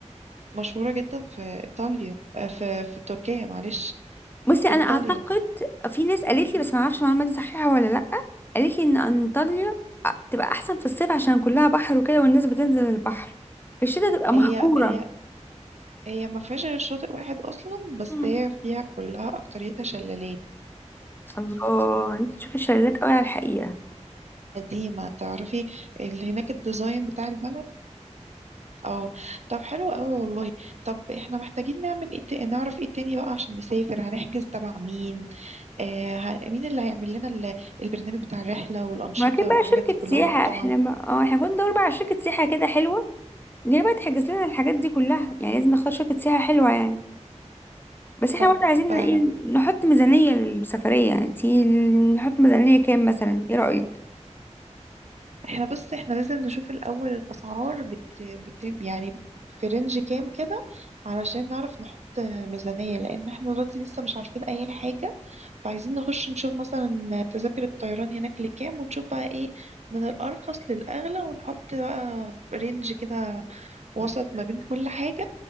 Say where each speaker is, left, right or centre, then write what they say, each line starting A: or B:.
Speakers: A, on the right (about 65°); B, on the left (about 15°).
A: مشهوره جدا في ايطاليا آه، في في تركيا معلش
B: بصي انا
A: انطاليا
B: اعتقد في ناس قالت
A: مم.
B: لي بس ما اعرفش المعلومه دي صحيحه ولا لا قالت لي ان انطاليا بتبقى احسن في الصيف عشان كلها بحر وكده والناس بتنزل البحر في الشتاء تبقى مهجوره
A: هي هي هي ما فيهاش غير شاطئ واحد اصلا بس
B: مم.
A: هي فيها كلها اكتريتها شلالات
B: الله انت تشوف الشلالات قوي على الحقيقه
A: وقديمه تعرفي اللي هناك الديزاين بتاع البلد اه طب حلو قوي والله طب احنا محتاجين نعمل ايه تا- نعرف ايه تاني بقى عشان نسافر هنحجز تبع مين آه، ه- مين اللي هيعمل لنا ال- البرنامج بتاع الرحلة والأنشطة
B: ما كده
A: والحاجات
B: بقى شركه
A: دي كلها
B: سياحه
A: والمطاعم
B: احنا ما... اه احنا المفروض ندور بقى على شركه سياحه كده حلوه اللي هي بقى تحجز لنا الحاجات دي كلها يعني لازم نختار شركه سياحه حلوه يعني بس احنا
A: طب
B: برضه عايزين
A: آه،
B: ايه نحط ميزانية للسفرية انتي نحط ميزانية كام مثلا ايه رأيك
A: احنا بس احنا لازم نشوف الأول الأسعار بت... بت... يعني في رينج كام كده علشان نعرف نحط آه، ميزانية لأن احنا دلوقتي لسه مش عارفين أي حاجة فعايزين نخش نشوف مثلا تذاكر الطيران هناك لكام ونشوف بقى ايه من الأرخص للأغلى ونحط بقى رينج كده وسط ما بين كل حاجة